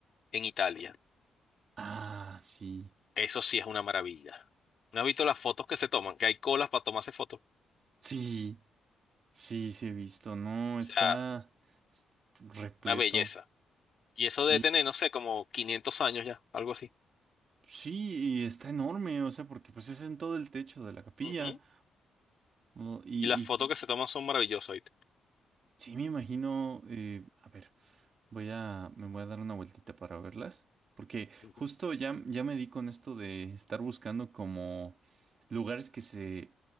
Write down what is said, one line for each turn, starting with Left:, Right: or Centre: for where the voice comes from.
Left: en Italia.
Right: Ah, sí.
Left: Eso sí es una maravilla. ¿No has visto las fotos que se toman? Que hay colas para tomarse fotos. O
Right: Sí, sí, sí he visto. No,
Left: sea,
Right: está repleto.
Left: una belleza. Y eso
Right: Sí.
Left: debe tener, no sé, como 500 años ya, algo así.
Right: Sí, y está enorme, o sea, porque pues es en todo el techo de la capilla.
Left: Ujú.
Right: ¿no? Y,
Left: Y las
Right: y
Left: fotos que se toman son maravillosas, ¿oíste?
Right: sí me imagino, eh, a ver. Voy a, me voy a dar una vueltita para verlas, porque
Left: Ujú.
Right: justo ya, ya me di con esto de estar buscando como lugares que se,